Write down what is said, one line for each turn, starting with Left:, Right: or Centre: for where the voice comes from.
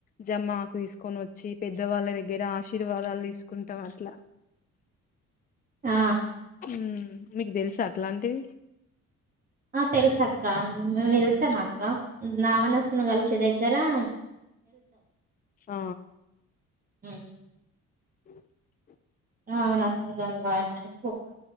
Left: జమ్మా కు తీసుకొని వచ్చి పెద్దవాళ్ళ దగ్గర ఆశీర్ ఆశీర్వాదాలు తీసుకుంటాం అట్లా.
Right: ఆ
Left: హ్మ్ మీకు తెలుస అట్లాంటివి.
Right: ఆ తెలుస అక్క మ వెళ్తాం అక్క నావా నాసున్ గాల్ చెద. జరా
Left: ఆ
Right: ఉం
Left: ఊ ఊ. <inaudible>
Right: అవున అసలు వాడని.